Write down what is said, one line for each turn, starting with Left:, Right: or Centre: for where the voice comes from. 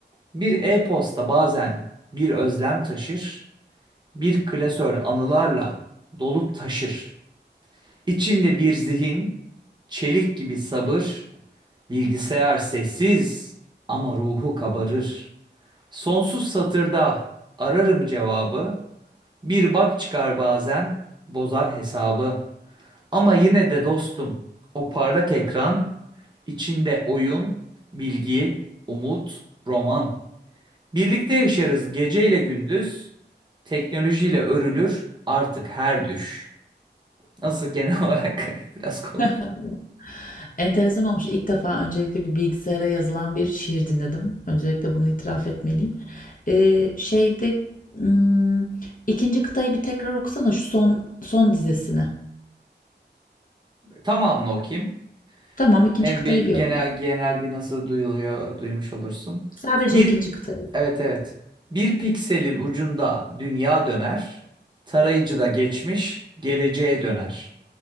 Right: Bir e-posta bazen bir özlem taşır, bir klasör anılarla dolup taşır. İçinde bir zihin, çelik gibi sabır, Bilgisayar sessiz ama ruhu kabarır. Sonsuz satırda ararım cevabı. Bir bak çıkar bazen bozar hesabı. Ama yine de dostum o parlak ekran içinde oyun, bilgi, umut, roman. Birlikte yaşarız geceyle gündüz. Teknolojiyle örülür artık her düş. Nasıl genel <laughs> olarak biraz komik.
Left: Tamam. Enteresan olmuş. İlk defa öncelikle bir bilgisayara yazılan bir şiir dinledim. Öncelikle bunu itiraf etmeliyim. Ee, şeyde hmm, ikinci kıtayı bir tekrar okusana şu son son dizesini.
Right: Tamamını okuyayım.
Left: Tamam, ikinci
Right: Hem
Left: kıtayı
Right: bir genel
Left: bir oku.
Right: genel bir nasıl duyuluyor duymuş olursun.
Left: Sadece
Right: Bir
Left: ikinci kıtayı oku.
Right: evet evet. Bir pikselin ucunda dünya döner. Tarayıcıda geçmiş, geleceğe döner.